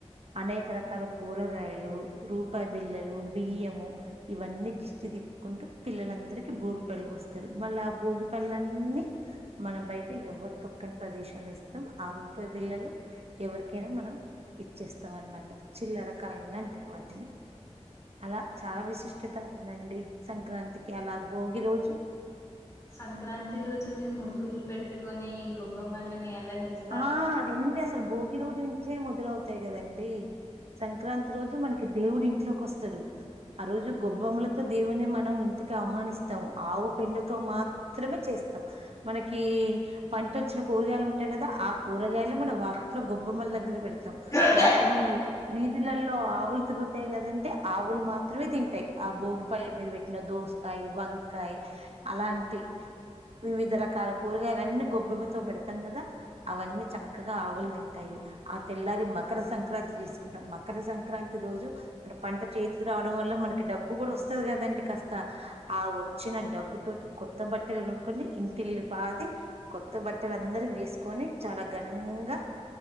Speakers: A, on the right (about 60°); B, on the left (about 30°).
A: అనేక రకాల కూరగాయలు, రూపాయి బిల్లలు, బియ్యము ఇవన్నీ దిష్టి తిప్పుకుంటూ పిల్లలందరికీ భోగి పళ్ళు పోస్తారు మళ్ళ ఆ భోగి పళ్ళన్నీ మనం బయట ఎవరు తొక్కని ప్రదేశం వేస్తూ ఆ రూపాయి బిల్లలు ఎవరికైనా మనం ఇచ్చేస్తాం అనమాట చిల్లరకాయిన్లు అంటారు వాటిని అలా చాలా విశిష్టత ఉందండి సంక్రాంతికి అలా భోగి రోజు
B: సంక్రాంతి రోజు మీరు ముగ్గులు పెట్టుకొని గొబ్బమ్మలని ఎలా చేస్
A: ఆ అదండి అసలు భోగి రోజు నుంచే మొదలవుతాయి కదండి! సంక్రాంతి రోజు మన కి దేవుడు ఇంట్లోకి వస్తాడు ఆ రోజు గొబ్బమ్మలతో దేవున్నీ మనం ఇంటికి ఆహ్వానిస్తాము ఆవు పెండతో మాత్ త్రమే చేస్తాం మనకి పంట వచ్చిన కూరగాయలు ఉంటాయి కదా ఆ కూరగాయలే మనం వాకిట్లో గొబ్బమ్మల దగ్గర పెడతాం.
B: ఏయ్!
A: వాటిని వీధులలో ఆవులు తిరుగుతాయి కదంటె ఆవులు మాత్రమే తింటాయి ఆ భోగి పల్లు మీద పెట్టిన దోసకాయ, వంకాయ అలాంటి వివిధ రకాల కూరగాయలన్నీ గొబ్బెమ్మతో పెడతాం కదా అవన్నీ చక్కగా ఆవులు తింటాయి. ఆ తెల్లారి మకర సంక్రాంతి చేసుకుంటాం. మకర సంక్రాంతి రోజు, మన పంట చేతికి రావడం వల్ల మనకి డబ్బు కూడా వస్తది కదండి కాస్త ఆ వచ్చిన డబ్బు తోటి కొత్త బట్టలు కొనుకొని ఇంటిల్లు పాది కొత్త బట్టలు అందరూ వేసుకొని, చాలా ఘనంగా